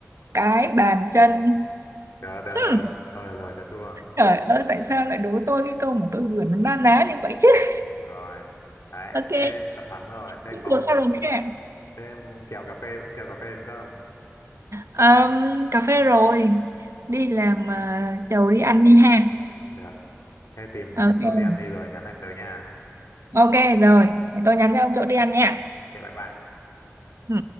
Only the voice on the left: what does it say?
được được
được thôi rồi tôi thua
rồi đấy
thế cậu thắng rồi thế
có
muốn
Thế em kèo cà phê vẫn kèo cà phê đúng không?
Được. Thế tìm
chỗ đi ăn đi rồi nhắn lại tới nha.
Ok bye bye.